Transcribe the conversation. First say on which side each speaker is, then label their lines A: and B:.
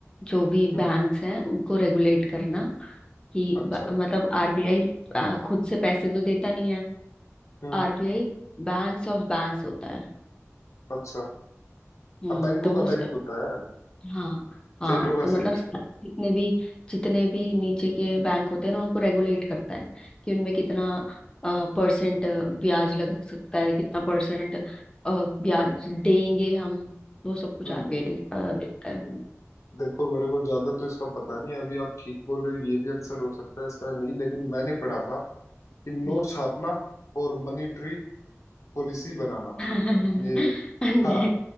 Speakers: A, on the left (about 15°); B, on the left (about 80°).
A: जो भी
B: हम्म,
A: बैंक्स हैं उनको रेगुलेट करना
B: हम्म,
A: कि
B: अच्छा
A: ब- मतलब आरबीआई खुद से पैसे तो देता नहीं है
B: हम्म
A: आरबीआई banks of banks होता है
B: अच्छा
A: हम्म
B: अब बैंकों
A: तो वो
B: का बैंक होता है
A: हाँ हाँ
B: सेठों का
A: तो
B: सेठ
A: मतलब साथ- जितने भी जितने भी नीचे के बैंक होते हैं ना उनको रेगुलेट करता है कि उनमें कितना परसेंट ब्याज लग सकता है कितना परसेंट ब्याज देंगे हम वो सब कुछ
B: हम्म
A: आरबीआई देख, अ, देखता है
B: हम्म, देखो मेरे को ज्यादा तो इसका पता नहीं है, अभी आप ठीक बोल रहे हो ये भी आंसर हो सकता है इसका नहीं लेकिन मैंने पढ़ा था कि नोट
A: हम्म।
B: छापना और मॉनेटरी पॉलिसी बनाना
A: <laughs> नहीं
B: ये हाँ